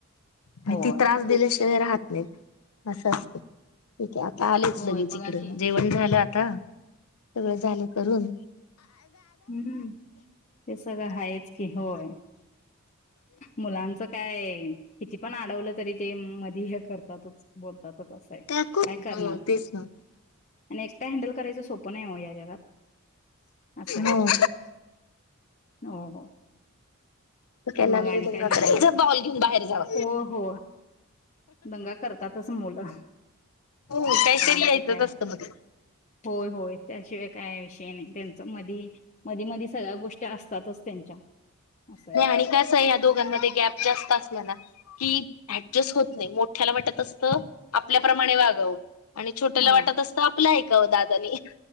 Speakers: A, on the left; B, on the left.
A: अन्
B: होय
A: ती त्रास दिल्याशिवाय राहत नाही असं असतं. ठीक आहे आता आलेच
B: होय
A: लगेच
B: बघा
A: इकडं
B: की
A: जेवण झालं आता, सगळं झालं करून
B: हम्म, ते सगळं आहेच की होय. मुलांच काय किती पण अडवलं तरी ते मधी हे कर तात बोलतातच असं आहे
A: काकू
B: काय करणार?
A: हो तेच ना
B: आणि एकटं हँडल करायचं सोपं नाही ओ या जगात. असं आहे
A: हो.
B: हो हो.
A: <unintelligible> जा
B: मग आणि काय निवांत
A: बॉल घेऊन बाहेर जावा.
B: हो हो, दंगा करतातच मुलं.
A: हो काहीतरी
B: त्यामध्ये
A: यायचंच
B: काय
A: असतं मध्ये.
B: होय होय, त्याशिवाय काय विषयी नाही त्यांच मधी मधी मधी सगळ्या गोष्टी असतातच त्यांच्या. असं आहे
A: नाही आणि कसं आहे या दोघांमध्ये गॅप जास्त असलाना की ऍडजस्ट होत नाही, मोठ्याला वाटत असतं आपल्याप्रमाणे वागावं आणि छोट्याला
B: हा
A: वाटत असतं आपलं ऐकावं दादानी.